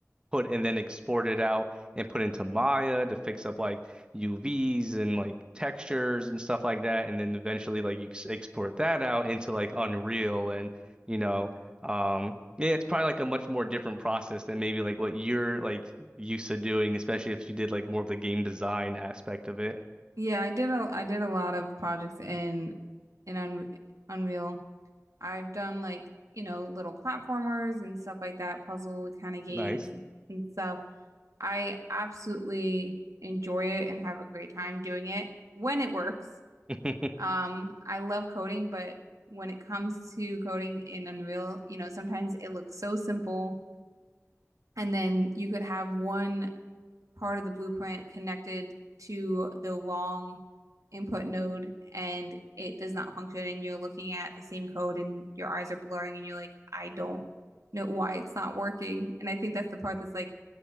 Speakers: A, on the right (about 15°); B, on the right (about 80°).
A: put and then export it out and put into Maya to fix up like UVs and like textures and stuff like that. And then eventually like you ex- export that out into like Unreal and you know, um yeah, it's probably like a much more different process than maybe like what you're like used to doing, especially if you did like more of the game design aspect of it.
B: Yeah, I did a I did a lot of projects in in Un Unreal. I've done like, you know, little platformers and stuff like that, puzzle kind of games
A: Nice.
B: and stuff. I absolutely enjoy it and have a great time doing it when it works.
A: <laughs>
B: Um, I love coding, but when it comes to coding in Unreal, you know, sometimes it looks so simple, and then you could have one part of the blueprint connected to the wrong input node and it does not function, and you're looking at the same code and your eyes are blurring, and you're like, I don't know why it's not working. And I think that's the part that's like,